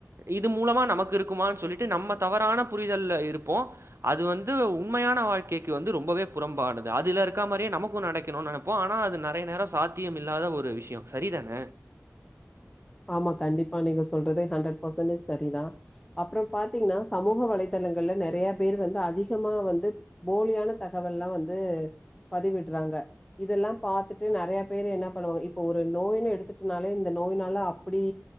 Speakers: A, on the right; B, on the left.
A: இது மூலமா நமக்கு இருக்கமானு சொல்லிட்டு நம்ம தவறான புரிதல்ல இருப்போ அது வந்து உண்மையான வாழ்க்கைக்கு வந்து ரொம்பவே புறம்பானது அதுல இருக்கா மாதிரியே நமக்கும் நடக்கணும்னு நினைப்போ ஆனா அது நிறைய நேர சாதியம் இல்லாத ஒரு விஷய சரிதான
B: ஆமா கண்டிப்பா நீங்க சொல்றதே ஹண்ட்ரட் பர்சன்டேஜ் சரிதா அப்பற பாத்தீங்கன்னா சமூக வலைதளங்கள்ல நெறைய பேர் வந்து அதிகமா வந்து போலியான தகவல்லா வந்து பதிவிடுறாங்க இதெல்லா பாத்துட்டு நெறைய பேரு என்ன பண்ணுவாங்க இப்ப ஒரு நோய்னு எடுத்துட்டனாலே இந்த நோய்னால அப்டி